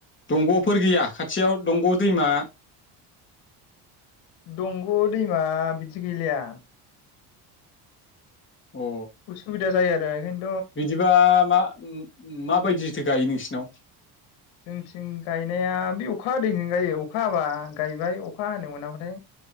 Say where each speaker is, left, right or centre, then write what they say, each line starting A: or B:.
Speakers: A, on the left (about 25°); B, on the left (about 80°).
A: दंग'फोर गैया खाथियाव दंग' दैमा?
B: दंग' दैमा बिदि गैलाया
A: अ
B: उसुबिदा जायो आर <unintelligible>
A: बिदिबा मा उम-उम माबायदि थो गायो नोंसोरनाव?
B: जोंनिथिं गायनाया बे अखा हादैजोंनो गायो अखा हाबा गायबाय अखा हानो मोनाबाथाय